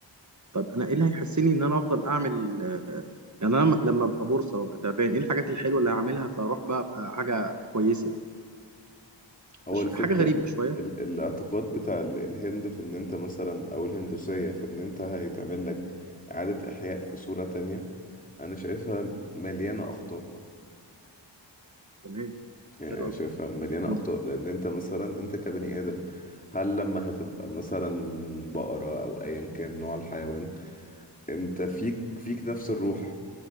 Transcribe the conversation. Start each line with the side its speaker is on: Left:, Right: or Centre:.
Right: طب انا ايه اللي هيحسني ان انا افضل اعمل آه، يعني انا لما لما ابقى بورصه وابقى تعبان ايه الحاجات الحلوه اللي هعملها فاروح بقى ابقى حاجه كويسه يعني
Left: هو
Right: مش
Left: الفكرة
Right: حاجه غريبه شويه
Left: ال... الاعتقاد بتاع ال- الهند في إن أنت مثلا أو الهندوسية في إن أنت هيتعمل لك إعادة إحياء في صورة تانية انا شايفها مليانه اخطاء
Right: تمام
Left: يعني
Right: حلو
Left: انا شايفها
Right: قوي
Left: مليانه
Right: مم.
Left: اخطاء لان انت مثلا انت كبني ادم هل لما هتبقى مثلا بقره او ايا كان نوع الحيوان انت فيك فيك نفس الروح